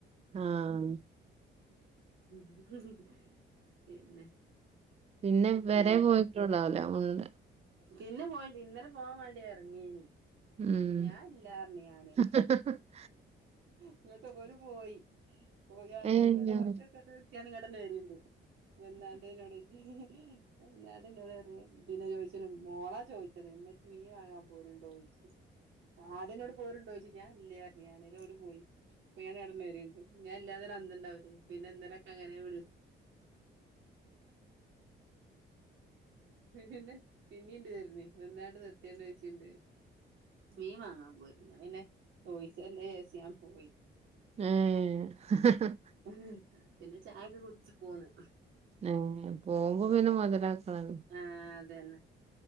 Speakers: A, on the right; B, on the right.
A: ആഹ്
B: <unintelligible> പിന്നെ
A: പിന്നെ വരെ
B: പിന്നെ
A: പോയിട്ടുണ്ടാവൂല ഉണ്ട്
B: പിന്നെ പോയെടി ഇന്നലെ പോവാൻ വേണ്ടിയാ ഇറങ്ങിയിനി
A: ഉം
B: ഞാൻ ഇല്ലാ പറഞ്ഞു ഞാന്
A: ഏഹ്
B: എന്നിട്ട് ഓല് പോയി പോയാണ്ട്
A: ഏഹ്
B: ഇവിടെ കുറച്ചവടെ എത്തിയാണ്ട് ഇങ്ങട്ടെന്നെ വരണ്ട് വന്നാണ്ട് എന്നോട് ഹിഹി ഹി എന്നാട്ട് എന്നോട് പറഞ്ഞ് പിന്നെ ചോദിച്ചിനും മോളാ ചോദിച്ചത് ഇമ്മച്ചി മീൻ വാങ്ങാൻ പോരുന്നുണ്ടോ ചോദിച്ചു ചോദിച്ചു ആദ്യം എന്നോട് പോരുണ്ടോ ചോയിച്ച് ഞാൻ ഇല്ലാന്നു പറഞ്ഞു ഞാന് ഓല് പോയി പോയാണ്ട് ഇങ്ങട്ടന്നെ വരണുണ്ട് ഞൻ ഇല്ലാതെ ഒരു അന്തം ഇണ്ടാവൂലെ പിന്നെ ഇന്നലെയൊക്കെ അങ്ങനേ വരൂ പിന്നെ പിന്നീംണ്ട് വരണ് വന്നാണ്ട് നിർത്തിയണ്ട് വെച്ചുണ്ട് മീൻ വാങ്ങാൻ പോര്ന്നോന്ന് ഞാൻെ പിന്നെ ചോദിച്ചല്ലേ വെച്ച് ഞാൻ പോയി
A: ഏഹ് <unintelligible>
B: <unintelligible> പിന്നെ ചായൊക്കെ കുടിച്ച് പോന്ന്
A: ഏഹ് പോകുമ്പോ പിന്നെ മുതലാക്കണല്ലോ
B: ആ അതന്നെ